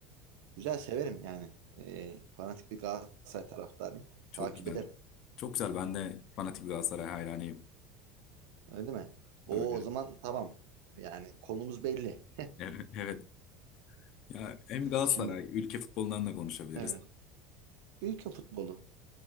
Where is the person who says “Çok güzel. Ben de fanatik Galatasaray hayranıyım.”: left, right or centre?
Left